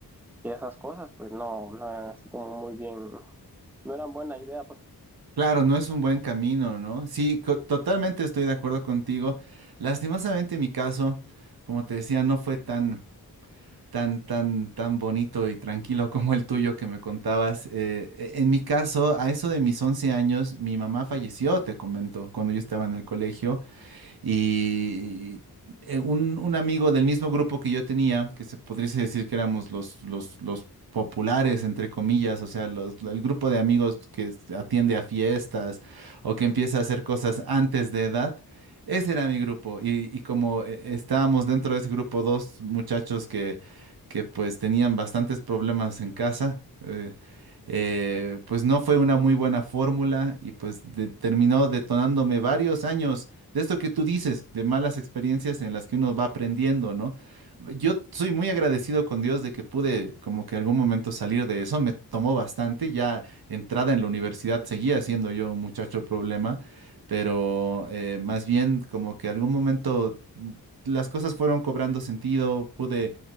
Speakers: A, in the centre; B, on the right (about 80°).
A: que esas cosas pues no, no eran así como muy bien, no eran buena idea pues.
B: Claro, no es un buen camino, ¿no? Sí, co- totalmente estoy de acuerdo contigo. Lastimosamente en mi caso, como te decía, no fue tan, tan, tan, tan bonito y tranquilo <laughs> como el tuyo que me contabas. Eh, e- en mi caso, a eso de mis 11 años, mi mamá falleció, te comento, cuando yo estaba en el colegio. Y eh, un, un amigo del mismo grupo que yo tenía, que se podría decir que éramos los, los, los populares, entre comillas, o sea, los- el grupo de amigos que s- atiende a fiestas o que empieza a hacer cosas antes de edad. Ese era mi grupo y, y como eh, estábamos dentro de ese grupo dos muchachos que, que pues tenían bastantes problemas en casa, eh, eh, pues no fue una muy buena fórmula y pues de- terminó detonándome varios años de esto que tú dices, de malas experiencias en las que uno va aprendiendo, ¿no? Yo soy muy agradecido con Dios de que pude como que algún momento salir de eso, me tomó bastante, ya entrada en la universidad seguía siendo yo un muchacho problema, pero eh, más bien como que algún momento mm, las cosas fueron cobrando sentido, pude,